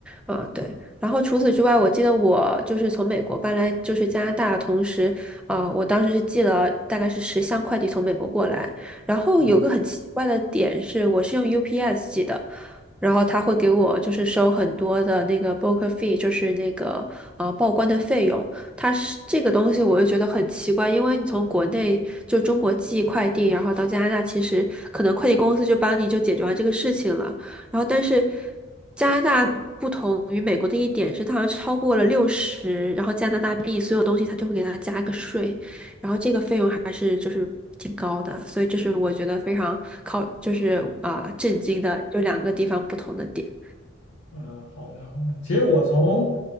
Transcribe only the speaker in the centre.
啊，对。然后除此之外，我记得我就是从美国搬来就是加拿大，同时，啊，我当时是寄了大概是十箱快递从美国过来。然后有个很奇怪的点是，
我是用 UPS 寄的，然后他会给我就是收很多的那个 broker fee，就是那个呃报关的费用。它是这个东西，我就觉得很奇怪，因为你从国内就中国寄快递，然后到加拿大，其实可能快递公司就帮你就解决完这个事情了。然后但是加拿大不同于美国的一点是，它好像超过了六十，然后加拿大币所有东西它就会给它加个税，然后这个费用还是就是挺高的，所以这是我觉得非常靠就是啊、震惊的，就两个地方不同的点。